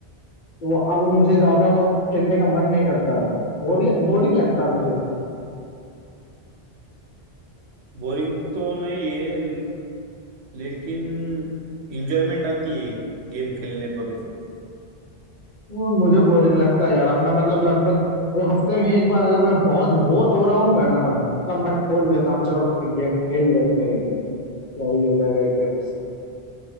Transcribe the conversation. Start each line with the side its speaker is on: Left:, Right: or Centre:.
Left: तो वो अब मुझे ज्यादा खेलने का मन नहीं करता अब बोरिंग बोरिंग लगता है मुझे
Right: बोरिंग तो नहीं है ल- लेकिन इंजॉयमेंट आती है गेम खेलने पर
Left: वो मुझे बोरिंग लगता है यार अब मैं मतलब लगभग ये हफ्ते में एक बार अगर मैं बहुत बोर हो रहा हूँ ना तब मैं खोल लेता हूँ चलो गेम खेल लेते हैं एक गेम क्या ही हो जाएगा एक गेम से